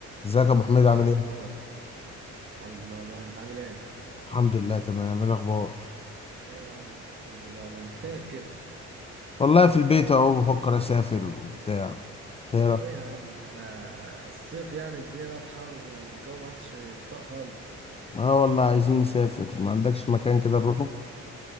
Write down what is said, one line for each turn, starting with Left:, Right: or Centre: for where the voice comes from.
Left: ازيك يا ابو حميد عامل
Right: يا حبيبي
Left: ايه
Right: اخويا الحمد لله والله انت عامل ايه؟
Left: الحمد لله تمام ايه الاخبار
Right: ايه يا عم الحمد لله والله انت فينك كده؟
Left: والله في البيت اهو بفكر اسافر وبتاع إيه
Right: طب
Left: رأيك؟
Right: ايه يا عم احنا الصيف يعني الدنيا بقت حر والجو ما عادش يطاق خالص
Left: اه والله عايزين نسافر ما عندكش مكان كده
Right: ما تشوف.
Left: نروحه